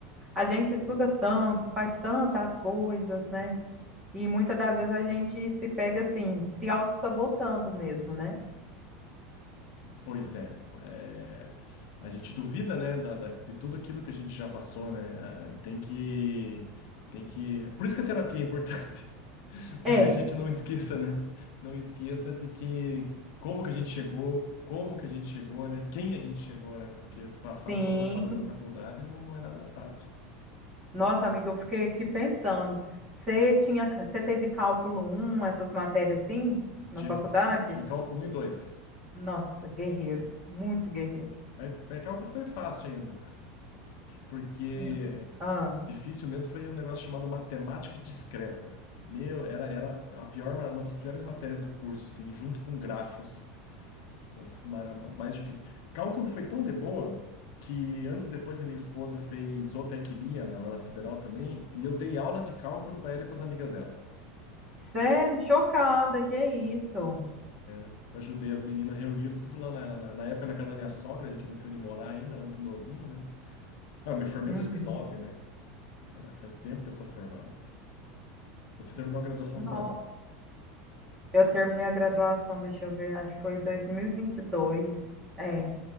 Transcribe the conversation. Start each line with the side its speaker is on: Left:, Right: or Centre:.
Right: a gente estuda tanto, faz tantas coisas, né? E muitas das vezes a gente se pega assim, se auto-sabotando mesmo, né?
Left: Pois é, é, a gente duvida, né, da, da- de tudo aquilo que a gente já passou, né? É, Tem que, tem que. Por isso que a terapia é importante, <laughs> para
Right: É,
Left: que a gente não esqueça, né? Não esqueça de que como que a gente chegou, como que a gente chegou, né? Quem a gente chegou, né? Porque passar
Right: Sim,
Left: pela essa fase da faculdade não, não é nada fácil.
Right: Nossa, amiga, eu fiquei aqui pensando. Você tinha, você teve cálculo um, essas matérias assim, na
Left: Tive,
Right: faculdade?
Left: tive cálculo um e dois
Right: Nossa, guerreiro, muito guerreiro.
Left: Mas, mas cálculo foi fácil ainda, porque
Right: Hum, Ah,
Left: Difícil mesmo foi um negócio chamado matemática discreta. Meu, era, era a pior, ma- uma das piores matérias do curso, assim, junto com grafos, mas ma- mais difícil. Cálculo foi tão de boa que anos depois a minha esposa fez zootecnia na, lá na Federal também, e eu dei aula de cálculo para ela e para as amigas dela.
Right: sério, chocada, que é isso?
Left: Eu ajudei as meninas reuniram tudo lá na, na, na época na casa da minha sogra, a gente não tinha onde morar ainda, era muito novinha, né? Ah, Eu me formei
Right: Uhum.
Left: em dois mil e nove né? É, faz tempo que eu sou formado. Você terminou a graduação
Right: Não,
Left: quando?
Right: eu terminei a graduação, deixa eu ver, acho que foi 2022. É.